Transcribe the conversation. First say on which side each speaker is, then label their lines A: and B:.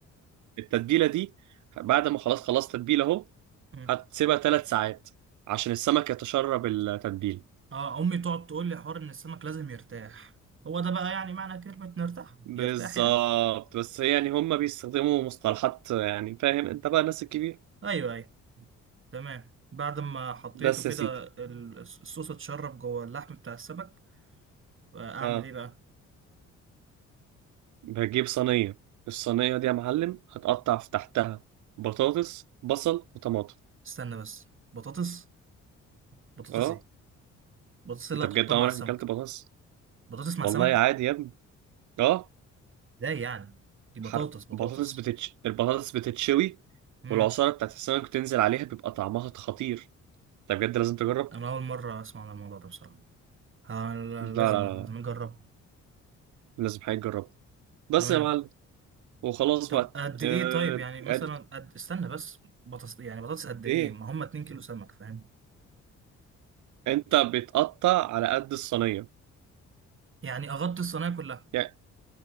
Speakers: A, on the right (about 75°); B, on the right (about 40°).
A: التتبيله دي بعد ما خلاص خلاص تتبيله اهو
B: مم.
A: هتسيبها 3 ساعات عشان السمك يتشرب التتبيله
B: اه امي تقعد تقول لي حوار ان السمك لازم يرتاح هو ده بقى يعني معنى كلمة نرتاح
A: بالظبط
B: يرتاح يعني
A: بس يعني هم بيستخدموا مصطلحات يعني فاهم انت بقى الناس الكبير
B: ايوه ايوه تمام بعد ما حطيته
A: بس
B: كده
A: يا سيدي
B: ال- الصوص اتشرب جوه اللحم بتاع السمك آه، اعمل
A: اه
B: ايه بقى
A: بجيب صينية الصينية دي يا معلم هتقطع في تحتها بطاطس بصل وطماطم
B: استنى بس بطاطس بطاطس
A: اه
B: ايه بطاطس اللي
A: انت
B: هتحطها
A: بجد عمرك
B: مع السمكة
A: ما اكلت بطاطس
B: بطاطس مع
A: والله
B: سمك
A: عادي يا ابني اه
B: ازاي يعني دي بطاطس
A: حر
B: بطاطس
A: بطاطس بتتش البطاطس بتتشوي
B: امم
A: والعصارة بتاعت السمك بتنزل عليها بيبقى طعمها خطير انت بجد لازم تجرب
B: انا اول مرة اسمع عن الموضوع ده بصراحة ه-
A: لا
B: لازم
A: لا لا
B: لازم
A: لا،
B: نجربه
A: لازم حاجة تجرب بس
B: تمام
A: يا معلم وخلاص
B: طب
A: بقى
B: قد ايه
A: آه...
B: طيب يعني مثلا
A: اد-
B: قد استنى بس بطاطس يعني بطاطس قد ايه
A: ايه
B: ما هم 2 كيلو سمك فاهم
A: انت بتقطع على قد الصينيه
B: يعني اغطي الصينيه كلها
A: يعني